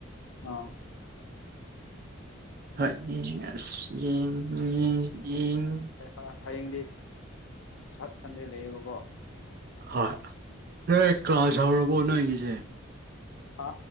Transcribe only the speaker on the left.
ꯑꯥ
ꯍꯥ ꯍꯌꯦꯡꯗꯤ ꯁꯠ ꯁꯟꯗꯦ ꯂꯩꯌꯦꯕꯀꯣ
ꯑꯗꯨ
ꯍꯥ